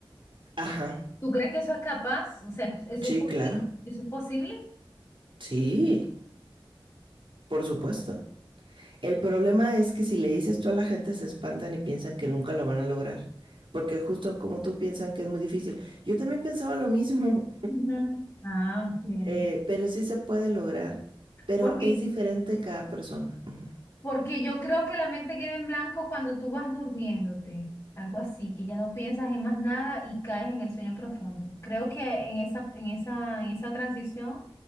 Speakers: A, on the right; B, on the left.
A: ajá,
B: ¿Tú crees que eso es capaz? O sea, ¿eso
A: sí,
B: es posible?
A: claro,
B: ¿Eso es posible?
A: sí, por supuesto. El problema es que si le dices tú a la gente se espantan y piensan que nunca lo van a lograr, porque justo como tú piensan que es muy difícil, yo también pensaba lo mismo.
B: Ujú. Ah, ok.
A: Eh, pero sí se puede lograr, pero
B: Porque
A: es diferente en cada persona. Ujú.
B: Porque yo creo que la mente queda en blanco cuando tú vas durmiéndote, algo así, que ya no piensas en más nada y caes en el sueño profundo. Creo que en esa, en esa, en esa transición